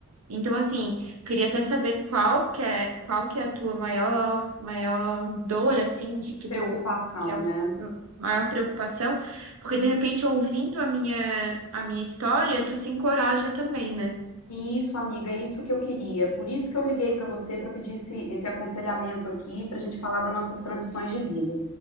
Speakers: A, on the right (about 70°); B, on the left (about 85°).
A: Então, assim, queria até saber qual que é, qual que é a tua maior, maior dor, assim, de que
B: preocupação,
A: tu, que é a
B: né?
A: maior preocupação, porque de repente, ouvindo a minha, a minha história, tu se encoraja também, né?
B: Isso, amiga, é isso que eu queria. Por isso que eu liguei para você para pedir esse, esse aconselhamento aqui, para a gente falar das nossas transições de vida.